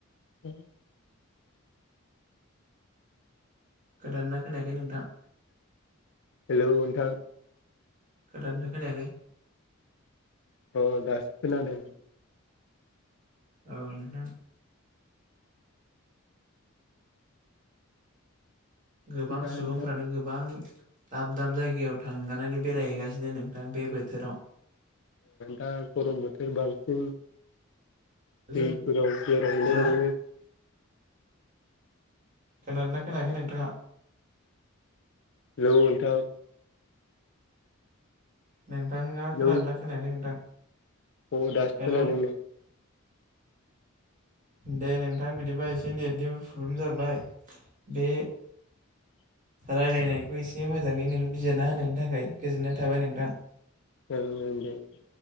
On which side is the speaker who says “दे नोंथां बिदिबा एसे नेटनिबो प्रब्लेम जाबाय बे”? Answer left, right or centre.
Right